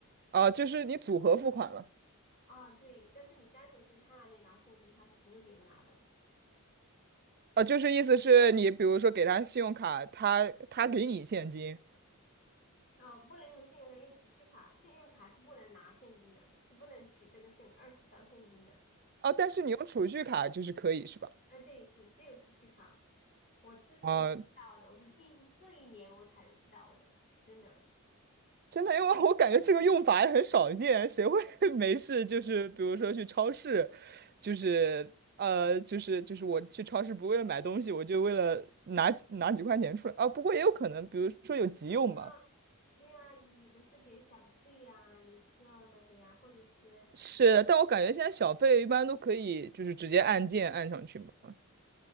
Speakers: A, on the right; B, on the left.
A: 啊？就是你组合付款了
B: 啊，对。但是你单独在他那里拿现金，他是不会给你拿的。
A: 啊，就是意思是你比如说给他信用卡，他他给你现金
B: 哦，不能用信用卡，用储蓄卡，信用卡是不能拿现金的，是不能取这个现二十刀现金的。
A: 啊，但是你用储蓄卡就是可以是吧？
B: 哎、对，只只有储蓄卡，我之前不知道的，
A: 啊，
B: 我是近这一年我才知道的，真的。
A: 真的，因为我感觉这个用法也很少见，谁会 <laughs> 没事就是比如说去超市，就是呃就是就是我去超市不为了买东西，我就为了拿几拿几块钱出来啊。不过也有可能，比如说有急用吧。
B: 你说。对啊，你都是给小费呀，你需要那个呀，或者是
A: 是，但我感觉现在小费一般都可以，就是直接按键按上去嘛。